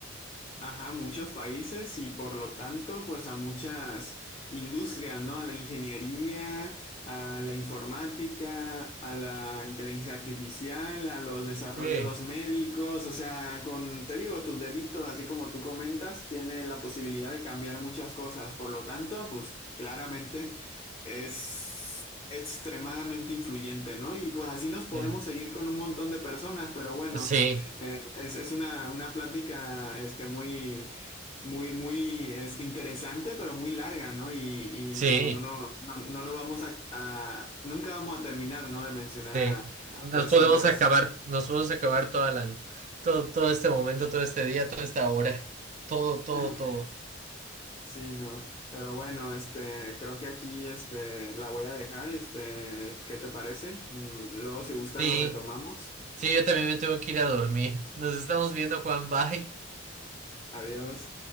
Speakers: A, on the left (about 25°); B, on the right (about 35°).
A: Ajá, muchos países y por lo tanto, pues a muchas industrias, ¿no? A la ingeniería, a la informática, a la inteligencia artificial, a los desarrollos
B: Sí,
A: médicos, o sea, con, te digo, tus deditos, así como tú comentas, tiene la posibilidad de cambiar muchas cosas. Por lo tanto, pues claramente es extremadamente influyente, ¿no? Y pues así nos podemos
B: sí,
A: seguir con un montón de personas, pero bueno.
B: sí.
A: Eh, es, es una, una plática este, muy, muy, muy este, interesante, pero muy larga, ¿no? Y, y,
B: sí.
A: pues no, no, no, no nos vamos a, a- nunca vamos a terminar, ¿no? De mencionar
B: Sí,
A: a, a
B: nos
A: personas.
B: podemos acabar, nos podemos acabar toda la, todo, todo este momento, todo este día, toda esta hora, todo, todo,
A: <laughs>
B: todo.
A: Sí, no. Pero bueno, este, creo que aquí este, la voy a dejar. Este, ¿qué te parece? Mm, Luego, si gustan,
B: Sí,
A: lo retomamos.
B: sí, yo también me tengo que ir a dormir. Nos estamos viendo, Juan, bye.
A: Adiós.